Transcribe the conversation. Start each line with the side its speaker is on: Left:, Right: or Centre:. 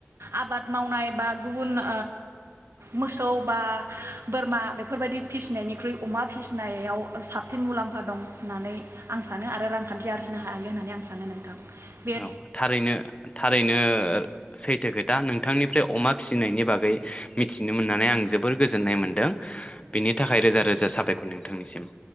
Right: आबाद मावनाय बा गुबुन ओह मोसौ बा बोरमा बेफोरबायदि फिसिनायनिख्रुइ अमा फिसिनायाव साबसिन मुलाम्फा दं होननानै आं सानो आरो रांखान्थि आरजिनो हायो होननानै आं सानो नोंथां। बे
Left: औ थारैनो थारैनो सैथो खोथा नोंथांनिफ्राय अमा फिसिनायनि बागै मिथिनो मोननानै आं जोबोर गोजोन्नाय मोनदों बेनि थाखाय रोजा रोजा साबायखर नोंथांनिसिम।